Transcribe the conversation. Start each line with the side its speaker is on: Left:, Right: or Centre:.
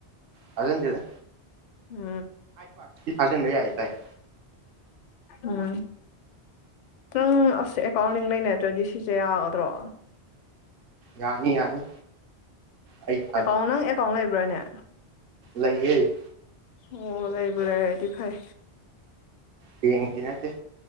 Right: ꯊꯥꯖꯟꯗ‌ꯦꯗ
Left: ꯎꯝ
Right: ꯊꯥꯖꯟꯕ ꯌꯥꯏꯌꯦꯗꯥꯏꯅꯦ
Left: ꯎꯝ ꯅꯪ ꯑꯁ ꯑꯦꯀꯥꯎꯟꯂꯤꯡ ꯂꯩꯅꯗ꯭ꯔꯗꯤ ꯁꯤꯁꯦ ꯌꯥꯒꯗ꯭ꯔꯣ
Right: ꯌꯥꯅꯤ ꯌꯥꯅꯤ ꯑꯩ ꯊꯥ
Left: ꯑꯦꯀꯥꯎꯟ ꯅꯪ ꯑꯦꯀꯥꯎꯟ ꯂꯩꯕ꯭ꯔꯥꯅꯦ
Right: ꯂꯩꯥꯏꯌꯦ
Left: ꯑꯣ ꯂꯩꯕꯨ ꯂꯩꯔ ꯗꯤ ꯐꯥꯏ
Right: ꯕ‌ꯦꯀ ꯗꯤ ꯅꯠꯇꯦ